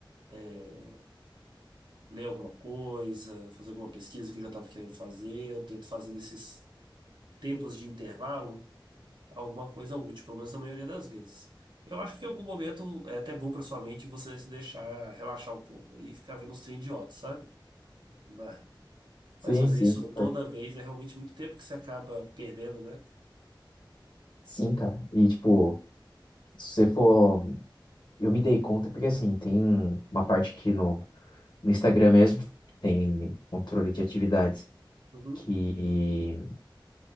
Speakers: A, on the right (about 65°); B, on the left (about 60°).
A: é, ler alguma coisa, fazer alguma pesquisa que eu já estava querendo fazer, eu tento fazer nesses tempos de intervalo alguma coisa útil, pelo menos na maioria das vezes. Eu acho que em algum momento é até bom para sua mente você se deixar relaxar um pouco e ficar vendo uns trem idiota, sabe? Mas,
B: sim,
A: mas fazer
B: sim,
A: isso
B: concordo.
A: toda vez é realmente muito tempo que você acaba perdendo, né?
B: Sim, cara. E tipo, se você for, eu me dei conta porque assim, tem uma parte aqui no, no Instagram mesmo, tem controle de atividades
A: Uhum.
B: que